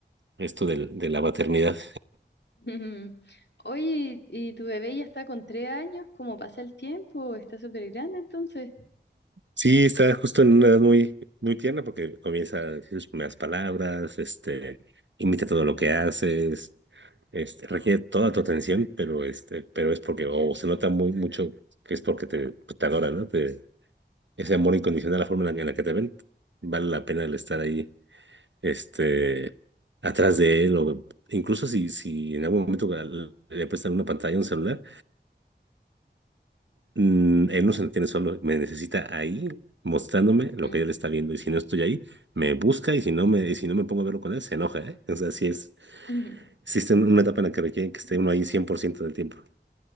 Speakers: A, on the right; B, on the left.
A: esto del- de la paternidad.
B: Ujú. Oye, ¿y tu bebé ya está con tres años? ¿Cómo pasa el tiempo? Está súper grande entonces.
A: Sí, está justo en una edad muy, muy tierna porque comienza a decir sus primeras palabras, este, imita todo lo que haces, este, requiere toda tu atención, pero este, pero es porque, o se nota muy mucho que es porque te, pues, te adora, ¿no? Te- ese amor incondicional, la forma en la, que en la que te ven, vale la pena el estar ahí, este, atrás de él, o incluso si, si en algún momento le prestan una pantalla, un celular Mm, él no se entiende solo, me necesita ahí mostrándome lo
B: Ujú.
A: que él está viendo y si no estoy ahí, me busca y si no me, y si no me pongo a verlo con él, se enoja, ¿eh? O sea, sí es,
B: Ujú.
A: existe una etapa en la que requieren que esté uno ahí 100% del tiempo.